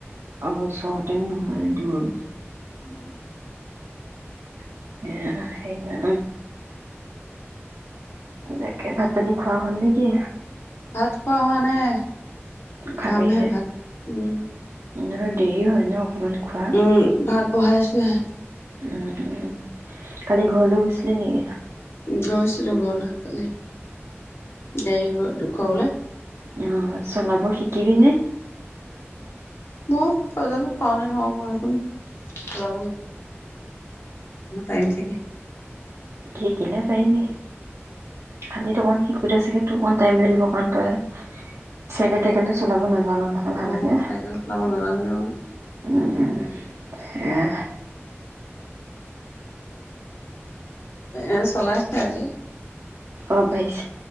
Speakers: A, on the right; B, on the left.
A: আৰু ওচৰতেও নহয় সেইটো হয়
B: <inaudible> <inaudible>
A: <unintelligible> সেই ন', উম তাকে ভাত পানী খোৱা হ'ল নেকি?
B: ভাত খোৱা হোৱা নাই
A: খাবিহে?
B: খাম হে' ভাত, উম
A: ধৰা দেৰি হয় ন' অকণমান খোৱা।
B: উম ভাত বহাইছ ছোহে <unintelligible>
A: উম, উম, কালি ঘৰলৈ গৈছিলি নেকি?
B: গৈছিলো ঘৰলৈ কালি। <unintelligible> <unintelligible> ঘৰলে
A: অহ', চলাব শিকিবি নে'?
B: মই চলাব পাৰো নে নোৱাৰো পাৰিম চাগে
A: শিকিলে পাৰিবি খালী তোমাৰ শিকোতে চাগে <unintelligible> টাইম লাগিব কাৰণ তই চাইকেল-তাইকেলটো চলাব নাজ <unintelligible> ভালকে ভালকে,
B: অ চাইকেল চলাব নাজানো যে মই
A: উম এহ'
B: এ চলাইছে আজি
A: অ ভাইছ